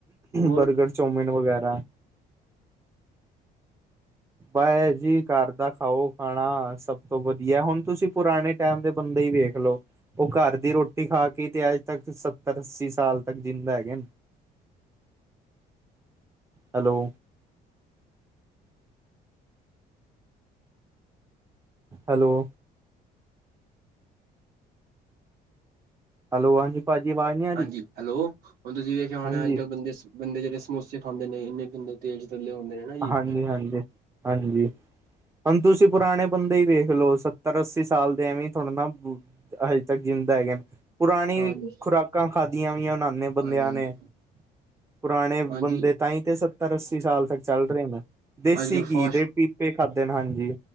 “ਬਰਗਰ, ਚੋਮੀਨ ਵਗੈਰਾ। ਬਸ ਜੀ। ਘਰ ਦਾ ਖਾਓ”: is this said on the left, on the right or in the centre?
Right